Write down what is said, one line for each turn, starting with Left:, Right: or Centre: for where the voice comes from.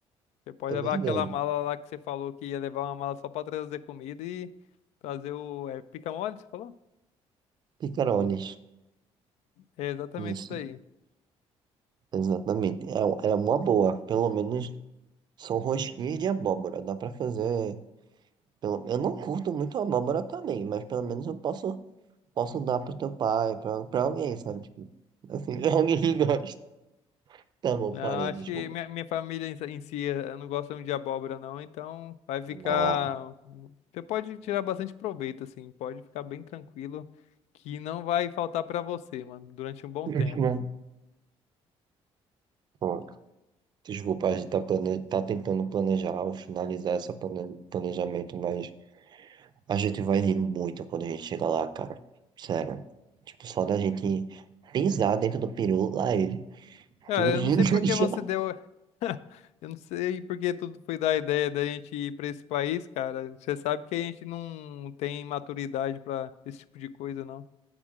Left: Você pode
Right: é verdade.
Left: levar aquela mala lá que você falou que ia levar uma mala só pra trazer comida e trazer o. É pica-mole, você falou?
Right: Picarones.
Left: É exatamente
Right: Isso,
Left: isso daí.
Right: exatamente. É, é uma boa. Pelo menos são rosquinhas de abóbora. Dá pra fazer. Pelo, eu não curto muito abóbora também, mas pelo menos eu posso, posso dar pro teu pai, pra, pra alguém, sabe? Tipo, assim, <laughs> alguém que gosta. Tá bom,
Left: Não,
Right: parei,
Left: acho
Right: desculpa.
Left: que minha, minha família em si, em si, eh, não gosta muito de abóbora, não, então vai ficar.
Right: Ah,
Left: Você pode tirar bastante proveito, assim, pode ficar bem tranquilo, que não vai faltar pra você, mano, durante um bom
Right: <laughs>
Left: tempo.
Right: pô, Desculpa, a gente tá, plane... tá tentando planejar ou finalizar esse planejamento, mas a gente vai rir muito quando a gente chegar lá, cara. Sério. Tipo, só da gente pisar dentro do peru, lá ele.
Left: Cara,
Right: Tudo
Left: eu
Right: de
Left: não sei
Right: <laughs>
Left: por que
Right: já.
Left: você deu. <laughs> Eu não sei por que tudo foi da ideia da gente ir pra esse país, cara. Você sabe que a gente não tem maturidade pra esse tipo de coisa, não.